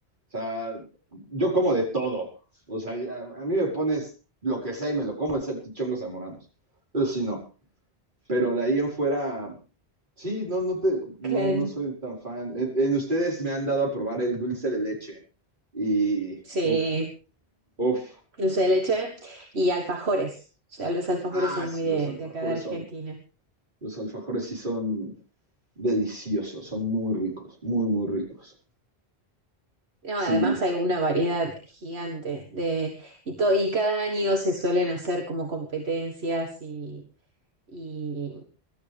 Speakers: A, on the right; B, on the right.
A: O sea, yo como de todo. O sea, a, a mí me pones lo que sea y me lo como, excepto chongos zamoranos. Eso sí, no. Pero de ahí en fuera, sí, no, no, te, no,
B: Claro.
A: no soy tan fan. En, en ustedes me han dado a probar el dulce de leche. Y,
B: Sí,
A: uff, uff.
B: Dulce de leche y alfajores. O sea, los alfajores
A: Ah,
B: son
A: sí,
B: muy de,
A: los alfajores
B: de acá de Argentina.
A: son. Los alfajores sí son deliciosos, son muy ricos, muy, muy ricos.
B: No,
A: Sí,
B: además hay una variedad gigante de, y, to- y cada año se suelen hacer como competencias y, y,